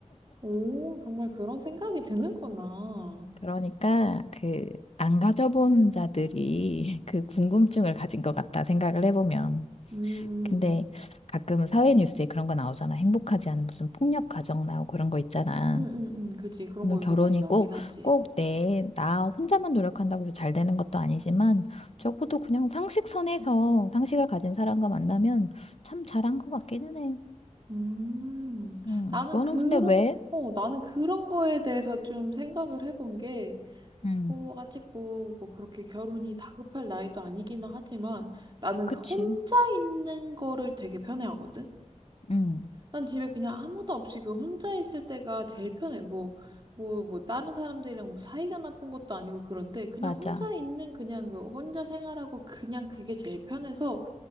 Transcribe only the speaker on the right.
오, 정말 그런 생각이 드는구나.
음, 음.
음, 음, 음. 그치. 그런
거 요새
많이 나오긴
하지.
음.
나는
그런,
어, 나는 그런 거에 대해서 좀 생각을 해본 게,
뭐, 아직 뭐, 뭐, 그렇게 결혼이 다급할 나이도 아니기는 하지만, 나는
혼자 있는 거를 되게 편해하거든?
난 집에 그냥 아무도 없이 그 혼자 있을 때가 제일 편해. 뭐, 뭐, 뭐, 다른 사람들이랑 뭐 사이가 나쁜 것도 아니고 그런데 그냥
혼자 있는 그냥 그 혼자 생활하고 그냥 그게 제일 편해서